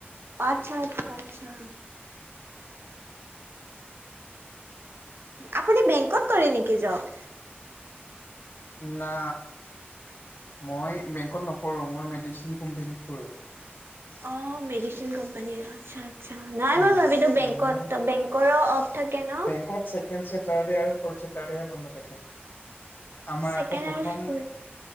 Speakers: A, on the right; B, on the left.
A: আচ্ছা, আচ্ছা, আচ্ছা, আপুনি বেংকত কৰে নেকি জব?
B: না মই বেংকত নকৰো মই মেডিচিন কোম্পনীত কৰো।
A: অ মেডিচিন কোম্পানীৰ আচ্ছা আ ছা নাই
B: উম
A: হোৱা ভাবিতো বেংকত
B: মোৰ
A: বেংকৰ অফ থাকে। ন
B: বেংকত ছেকেণ্ড ছেটাৰডে আৰু ফৰ্ড ছেটাৰডেহে বন্ধ থাকে। আমাৰ
A: ছেকেণ্ড
B: আকৌ প্ৰথম
A: আৰু